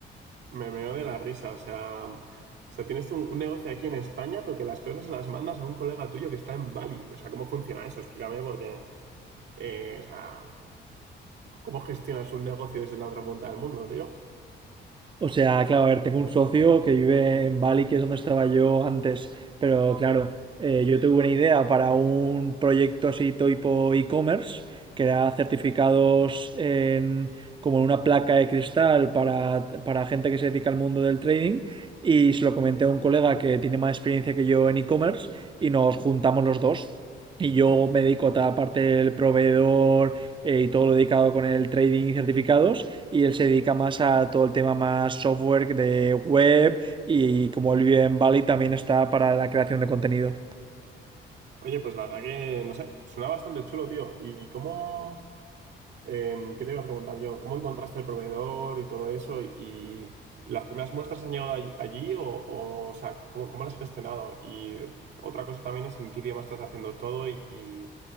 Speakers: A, on the right; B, on the right.
A: Me meo de la risa, o sea. O sea, tienes un, un negocio aquí en España, pero que las cosas las mandas a un colega tuyo que está en Bali. O sea, ¿cómo funciona eso? Explícame, porque. eh, o sea, ¿cómo gestionas un negocio desde la otra punta del mundo, tío?
B: O sea, claro, a ver, tengo un socio que vive en Bali, que es donde estaba yo antes, pero claro, eh, yo tuve una idea para un proyecto así tipo e-commerce, que era certificados en, como en una placa de cristal para, para gente que se dedica al mundo del trading, y se lo comenté a un colega que tiene más experiencia que yo en e-commerce, y nos juntamos los dos. Y yo me dedico a toda la parte del proveedor eh, y todo lo dedicado con el trading y certificados. Y él se dedica más a todo el tema más software de web y como él vive en Bali también está para la creación de contenido.
A: Oye, pues la verdad que, no sé, suena bastante chulo, tío. ¿Y cómo, em, qué te iba a preguntar yo? ¿Cómo encontraste el proveedor y todo eso? ¿Y las primeras muestras han llegado all- allí o, o, o sea, ¿cómo, cómo las has gestionado? Y otra cosa también es en qué idioma estás haciendo todo y, y